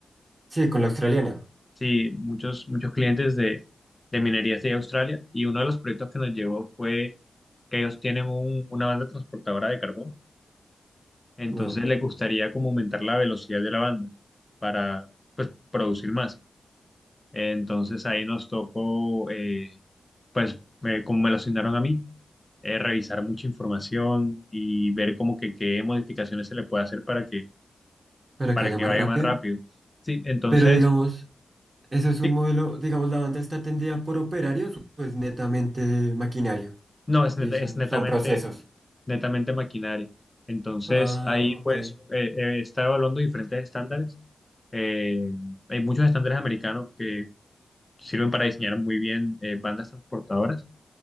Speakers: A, on the right (about 45°); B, on the left (about 25°).
A: Sí, con la australiana.
B: Sí, muchos, muchos clientes de, de minerías de Australia y uno de los proyectos que nos llevó fue que ellos tienen un- una banda transportadora de carbón, entonces
A: Wow,
B: les gustaría como aumentar la velocidad de la banda para pues producir más. Entonces ahí nos tocó, eh, pues eh, como me lo asignaron a mí, eh, revisar mucha información y ver como que qué modificaciones se le puede hacer para que,
A: para
B: para
A: que vaya
B: que
A: más
B: vaya
A: rápido.
B: más rápido. Sí, entonces,
A: Pero digamos, eso es un
B: sí,
A: modelo, digamos, la banda está atendida por operarios, pues netamente maquinaria.
B: no, es,
A: Y
B: net-
A: son,
B: es netamente
A: son procesos.
B: netamente maquinaria. Entonces,
A: Ah,
B: ahí
A: ok.
B: pues eh, eh, está evaluando diferentes estándares. Eh, hay muchos estándares americanos que sirven para diseñar muy bien eh, bandas transportadoras.